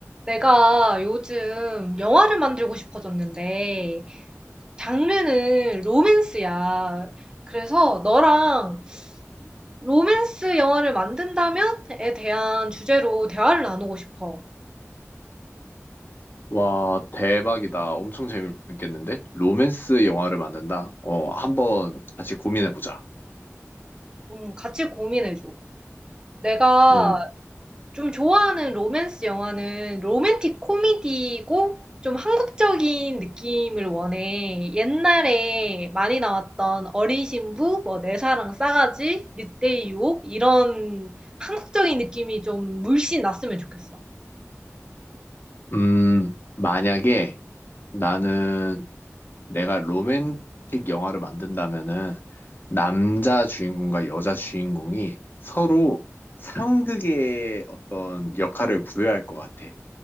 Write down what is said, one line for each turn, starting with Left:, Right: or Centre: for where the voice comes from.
Right: 내가 요즘 영화를 만들고 싶어졌는데, 장르는 로맨스야. 그래서 너랑 로맨스 영화를 만든다면에 대한 주제로 대화를 나누고 싶어.
Left: 와, 대박이다. 엄청 재밌겠는데? 로맨스 영화를 만든다? 어, 한번 같이 고민해보자.
Right: 좀 같이 고민해줘. 내가
Left: 음,
Right: 좀 좋아하는 로맨스 영화는 로맨틱 코미디고 좀 한국적인 느낌을 원해. 옛날에 많이 나왔던 어린 신부, 뭐 내 사랑 싸가지, 늑대의 유혹 이런 한국적인 느낌이 좀 물씬 났으면 좋겠어.
Left: 음, 만약에 나는 내가 로맨틱 영화를 만든다면은 남자 주인공과 여자 주인공이 서로 상극의 어떤 역할을 부여할 것 같아.